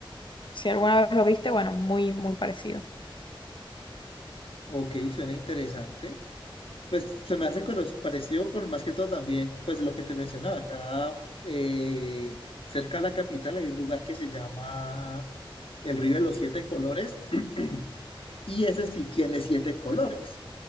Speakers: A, on the left; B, on the left.
A: si alguna vez lo viste, bueno, muy, muy parecido.
B: Ok, suena interesante. Pues se me hace con los- parecido con más que todo también, pues lo que te mencionaba, acá eh, cerca de la capital hay un lugar que se llama el Río de los Siete Colores <clears throat> y ese sí tiene siete colores,